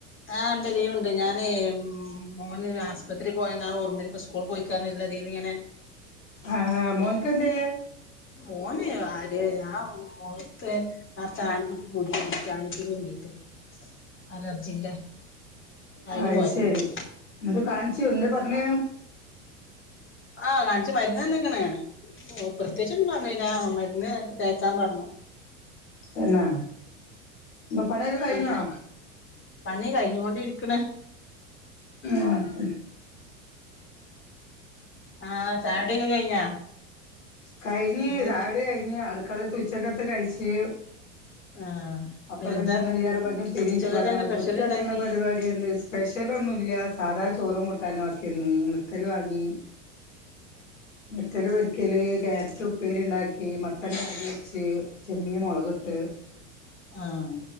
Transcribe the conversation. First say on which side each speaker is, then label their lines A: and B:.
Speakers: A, on the left (about 30°); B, on the left (about 85°).
A: ആഹ് ഉണ്ട് ലീവുണ്ട് ഞാൻ മോന് ആശുപത്രി പോയ ഓർമ്മി ഇ സ്കൂൾ പോയിക്കാല്ലീതിൽ ഇങ്ങനെ
B: ആഹ് ആ മോന്ക്ക് ന്തേ
A: ഓനെ ആര് ആ മുഖത്ത് നിറച്ചു <unintelligible> അലർജിന്റെ അയിന്
B: അത്
A: പോയതേനി
B: ശരി എന്നിട്ട് കാണിച്ചു എന്താ പറഞ്ഞ
A: ആഹ് കാണിച്ചു മരുന്ന്ന്നക്കണ് ഓ പ്രത്യേകിച് ഒന്നും പറഞ്ഞില്ല മരുന്ന് തെക്കാൻ പറഞ്ഞു
B: പിന്നെ ഉം പണിയൊക്കെ കഴിഞ്ഞോ
A: പിന്നെ പണി കഴിഞ്ഞ് കൊണ്ടഇരിക്കണ്
B: ആഹ്
A: ആഹ് ചായ കുടിക്കെ കഴിഞ്ഞാ
B: കഴിഞ്ഞ്
A: എന്തെന്നാ
B: ചായടി കഴിഞ്ഞ് അടുക്കളത്ത് ഉച്ചക്കത്ത് കഴിച്ച്
A: ആഹ്
B: അപ്പൊ
A: പിന്നെന്താ
B: അത് നിങ്ങൾ ഈ നേരാക്കുമ്പോക്ക് ഫിനീഷ്
A: ഉച്ചക്കൊക്കെ
B: പറഞ്ഞ
A: എന്താ സ്പെഷ്യൽ
B: വൃത്തിയാക്കണ്ട
A: ഇണ്ടാക്കി
B: പരിപാടി ഉണ്ട് സ്പെഷ്യല ഒന്നുംല്ല സാധാ ചോറും കൂട്ടാനും ആക്കിന്ന് നെക്കൽ വാങ്ങി നെക്കല് വ ക്കല് ക്യാരറ്റ് ഉപ്പേരി ഇണ്ടാക്കി മട്ടൻ കറി വെച്ച് ചെമ്മീ മുളക് ഇട്ട്
A: ആഹ്